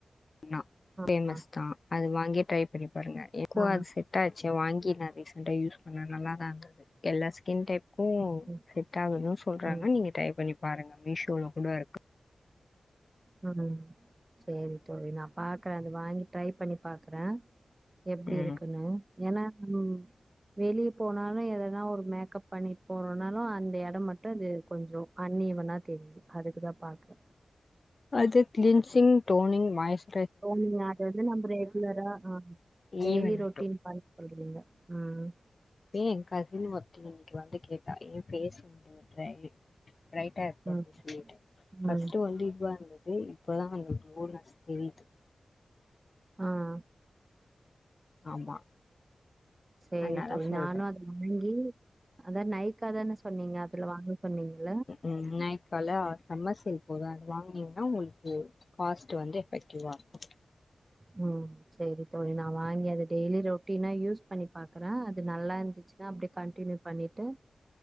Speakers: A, on the left; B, on the right.
A: நா
B: ஆ
A: பேமஸ்
B: ஆ
A: தான் அது வாங்கி ட்ரை பண்ணி பாருங்க எது
B: ஆ
A: அது செட்டாசு வாங்கி நான் ரீசொட்ன்டா யூஸ் பண்ணேன் நல்லா தான் இருந்தது எல்லா ஸ்கின் டைப் ஓ
B: ம்
A: செட் ஆகும்னு சொல்றாங்க
B: ம்
A: நீங்க ட்ரை பண்ணி பாருங்க மீஷோ கூட இருக்கும்
B: உம் சரிதோழி நான் பாக்குறேன் அது வாங்கி ட்ரை பண்ணி பாக்குறேன் எப்படி
A: ம்
B: இருக்குன்னு ஏன்னா ம் வெளியே போனாலும் எதனா ஒரு மேக்கப் பண்ணிட்டு போறோம்னாலும் அந்த இடம் மட்டும் இது கொஞ்சம் அன்னீவனா தெரியுது அதுக்குதான் பாக்கு
A: அது க்ளீன்சிங் டோனிங் மாய்ட
B: ஓ நீங்க அத வந்து நம்ம ரெகுலரா ஆஹ் டெய்லி
A: ஈவன்
B: ரொட்டன்
A: ஆயிடு
B: பண் சொல்றீங்க உம்
A: ஏ என் கசின் மத்தம் இன்னைக்கு வந்து கேன் நான் இருக்குறதா சொன்னேன் ரைட் ரைட்டா இருக்காது
B: ம்
A: தோழி பர்ஸ்ட்
B: ம்
A: வந்து இதுவா இருந்தது இப்பதான் அந்த டொல் தெரியுது
B: ஆஹ
A: ஆமா
B: சரி
A: அதனால
B: தோழி
A: சொல்றே
B: நானும் அத வாங்கி அதான் நைக்காதானே சொன்னீங்க வாங்க சொன்னீங்கல்ல
A: உம் நாயக்கால சமமர்செல் போடுறாங்கஅது வாங்க ஏன்னா உங்களுக்கு காஸ்ட் வந்து எஃபெக்டிவா இருக்கும்
B: ஹம் சரி தோழி நான் வாங்கி அத டெய்லி ரொட்டீனா யூஸ் பண்ணி பாக்குறேன் அது நல்லா இருந்துச்சுன்னா அப்படியே கண்டின்யூ பண்ணிட்டு